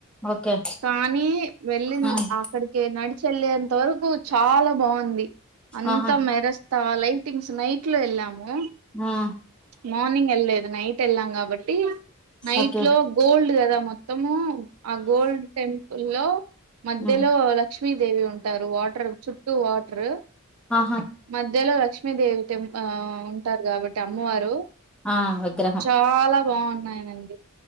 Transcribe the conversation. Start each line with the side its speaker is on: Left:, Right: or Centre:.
Centre: ఓకే
Right: కానీ, వెళ్ళిన్
Centre: ఉమ్
Right: అక్కడికే నడిచి. ఏల్లేంత వరకు చాలా బాగుంది. అంతా
Centre: ఆహా
Right: మెరస్తా లైటింగ్స్ నైట్ లో ఏళ్ళాము,
Centre: ఉమ్
Right: మార్నింగ్ ఏళ్లేదు. న్నాయి. తెల్లంగా. బట్టి నైట్
Centre: ఓకే
Right: లో గోల్డ్ క. ద మొత్తము. ఆ గోల్డ్ టెంపుల్ లో మధ్యలో.
Centre: ఉమ్
Right: లక్ష్మీదేవి ఉంటారు వాటర్. చుట్టూ వాటర్.
Centre: ఆహా
Right: మధ్యలో లక్ష్మీదేవి. ఎం ఉంటారు కాబట్టి అమ్మవారు.
Centre: ఆ విగ్రహం
Right: చాలా బాగున్నాయినండి.